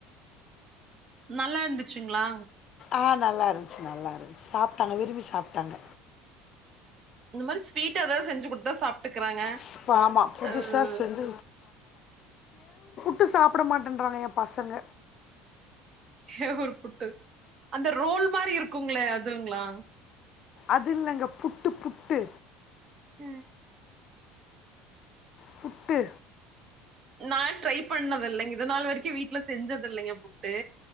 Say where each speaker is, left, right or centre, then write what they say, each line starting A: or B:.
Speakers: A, on the right; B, on the left.
A: நல்லா இருந்துசுங்ளா
B: ஆ நல்லா இருந்துச்சு நல்லா இருந்துச்சு சாப்டாங்க விரும்பி சாப்டாங்க
A: இந்த மாரி ஸ்வீட் ஏதாவுது செஞ்சு குடுத்தா சாப்டுக்குறாங்க
B: ஸ்ப- ஆமா புதுசா
A: அவ்
B: செஞ்சு ட்டு சாப்ட மாட்டேறாங்க ஏ பசங்க
A: கேவுரு புட்டு அந்த ரோல் மாரி இருக்குங்களே அதுங்ளா
B: அதுல்லங்க புட்டு புட்டு
A: ம்
B: புட்டு
A: நா ட்ரை பண்ணது இல்லங் இது நாள் வரைக்கும் வீட்ல செஞ்சது இல்லைங்க புட்டு